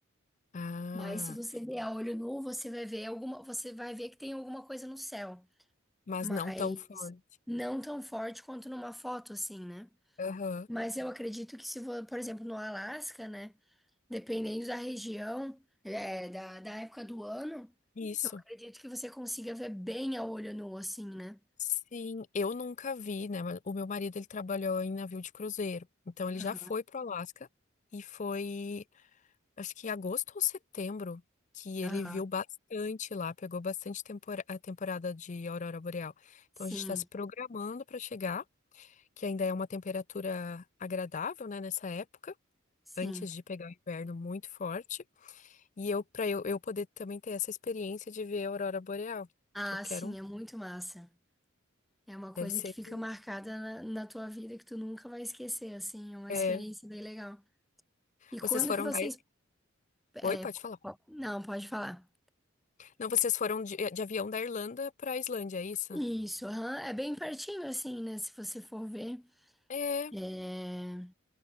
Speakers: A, on the left (about 35°); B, in the centre.
A: Ah,
B: Mas se você ver a olho nu, você vai ver alguma, você vai ver que tem alguma coisa no céu,
A: mas
B: mas
A: não tão forte.
B: não tão forte quanto numa foto assim, né?
A: Aham.
B: Mas eu acredito que se, vo- por exemplo, no Alasca, né, dependendo da região, é, da, da época do ano,
A: Isso.
B: eu acredito que você consiga ver bem a olho nu assim, né?
A: Sim, eu nunca vi, né? mas O meu marido, ele trabalhou em navio de cruzeiro. Então, ele já
B: Aham,
A: foi pro Alasca e foi. acho que em agosto ou setembro, que
B: aham.
A: ele viu bastante lá, pegou bastante tempora- a temporada de aurora boreal. Então
B: Sim,
A: a gente está se programando para chegar, que ainda é uma temperatura agradável, né, nessa época.
B: sim.
A: Antes de pegar o inverno muito forte. E eu, para eu, eu poder também ter essa experiência de ver a aurora boreal,
B: Ah,
A: que eu quero.
B: sim,
A: um,
B: é muito massa. É uma
A: Deve
B: coisa
A: ser
B: que fica
A: que.
B: marcada na, na tua vida que tu nunca vai esquecer, assim, é uma experiência
A: é,
B: bem legal. E quando
A: vocês foram
B: que vocês...
A: da. Ir-
B: é,
A: Oi, pode
B: po-
A: falar.
B: não, pode falar.
A: Não, vocês foram de, de avião da Irlanda para a Islândia, é isso?
B: Isso, aham, É bem pertinho, assim, né? Se você for ver,
A: É,
B: é,